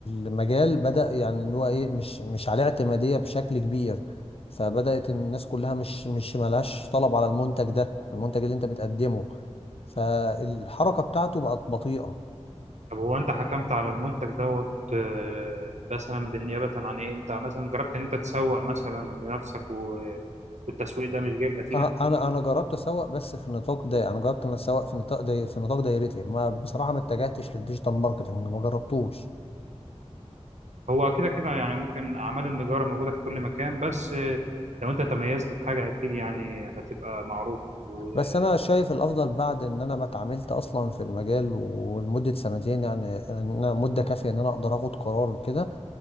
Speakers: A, on the left; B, on the right.
A: المجال بدأ يعني ان هو ايه مش مش عليه اعتمادية بشكل كبير فبدأت الناس كلها مش مش ملهاش طلب على المنتج ده المنتج اللي انت بتقدمه فالحركة بتاعته بقت بطيئة
B: طب هو انت حكمت على المنتج دوت آه، مثلا بالنيابه عن ايه انت مثلا جربت ان انت تسوق مثلا لنفسك و- والتسويق ده مش جايب نتيجه
A: أه- انا انا جربت اسوق بس في نطاق ده انا جربت ان أنا اسوق في نطاق داي في نطاق دايرتي ما بصراحة ما اتجهتش للديجيتال ماركتنج ما جربتوش
B: هو كده كده يعني ممكن أعمال النجارة موجودة في كل مكان بس آه، لو أنت تميزت في حاجة أكيد يعني هتبقى معروف وأكيد
A: بس انا شايف الافضل بعد ان انا ما اتعاملت اصلا في المجال ولمده سنتين يعني ان انا مده كافيه ان انا اقدر اخد قرار كده